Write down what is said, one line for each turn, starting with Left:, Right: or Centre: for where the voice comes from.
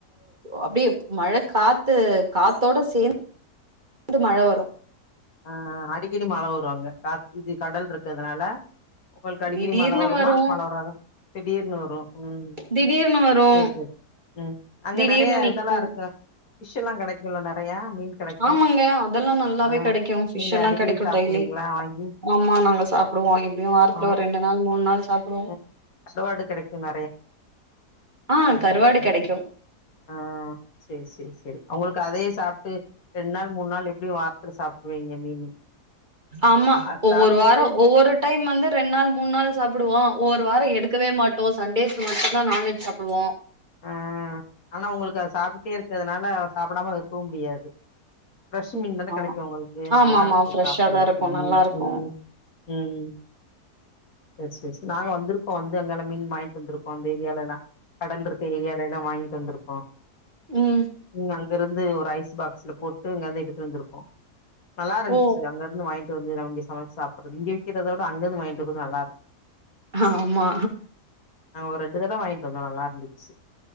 Right: அப்படியே மழ காத்து காத்தோட சேந்து வந்து மழ வரு
Left: ஆ அடிக்கடி மழ வரு அங்க கா இது கடல் இருக்கிறதுனால உங்களுக்கு அடிக்கடி
Right: திடீர்னு
Left: மழ வருமா
Right: வரு
Left: மழ வராதா திடீர்னு வரு ம்
Right: திடீர்னு வரு
Left: சர் சர் உம் அங்க
Right: திடீர்னு
Left: நெறைய
Right: நிக்கு
Left: இதெல்லா இருக்கா ஃபிஷ்ல்லா கிடைக் இவ்ளோ நெறையா மீன் கெடைக்கு
Right: ஆமாங்க அதெல்லா நல்லாவே
Left: ஆ
Right: கிடைக்கு ஃபிஷ்
Left: நீங்க
Right: எல்லா
Left: அடிக்கடி
Right: கிடைக்கு
Left: சாப்டுவீங்களா
Right: டெய்லி
Left: வாங்கி
Right: ஆமா நாங்க சாப்டுவோ எப்பயு வாரத்துல
Left: ஆ
Right: ஒரு ரெண்டு நாள் மூணு நாள் சாப்டுவோ
Left: ம் கருவாடு கெடைக்குங்க
Right: ஆ கருவாடு கெடைக்கு
Left: ஆ சர் சர் சரி அவங்களுக்கு அதயே சாப்ட்டு ரெண்டு நாள் மூண் நாள் எப்டியு வாரத்துல சாப்ட்ருவீங்க மீனு
Right: ஆமா
Left: அத
Right: ஒவ்வொரு
Left: சாப்ட்டுட்டு
Right: வார ஒவ்வொரு டைம் வந்து ரெண்டு நாள் மூணு நாள் சாப்டுவோ ஒவ்வொரு வார எடுக்கவே மாட்டோ சண்டேஸ் மட்டுதா நான்வெஜ் சாப்டுவோ
Left: ஆ ஆனா உங்களுக்கு அது சாப்ட்டே இருக்கிறதுனால சாப்டாம இருக்கவு முடியாது ஃப்ரெஷ் மீன் தான
Right: ஆ
Left: கெடைக்கு உங்களுக்கு
Right: ஆமா
Left: நல்லா
Right: ஆமா
Left: இருக்கு
Right: ஃப்ரெஷ்ஷா
Left: சாப்ட் றதுக்கு
Right: தா இருக்கு நல்லா
Left: ம்
Right: இருக்கு
Left: ம் ம் சர் சர் சரி நாங்க வந்திருக்கோ வந்து அங்கால மீன் வாங்கிட்டு வந்திருக்கோ அந்த ஏரியாலல்லா கடல் இருக்க ஏரியாலல்லா வாங்கிட்டு வந்திருக்கோ
Right: ம்
Left: <unintelligible> அங்க இருந்து ஒரு ஐஸ் பாக்ஸ்ல போட்டு இங்கந்து எடுத்து வந்திருக்கோ நல்லா இருந்துச்சு
Right: ஓ
Left: அங்க இருந்து வாங்கிட்டு வந்து நம்ம இங்க சமைச்சு சாப்படுறது இங்க விக்கிறதை விட அங்கருந்து வாங்கிட்டு வரது நல்லாருக்கு
Right: ஆமா
Left: நாங்க ஒரு ரெண்டு தடம் வாங்கிட்டு வந்தோ நல்லா இருந்துச்சு